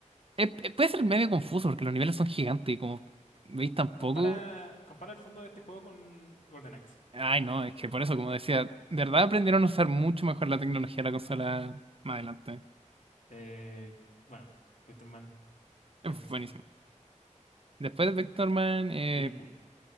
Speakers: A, on the right; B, on the left.
A: Eh, eh, puede ser medio confuso porque los niveles son gigantes y como veis tampoco.
B: Compara, compara el fondo de este juego con Golden Axe.
A: Ay, no, es que por eso, como decía, de verdad aprendieron a usar mucho mejor la tecnología de la consola más adelante.
B: Eh, bueno, Vector Man,
A: Es
B: ¿cuál que
A: buenísimo.
B: sigue?
A: Después de Vectorman, eh...
B: Puyo Puyo.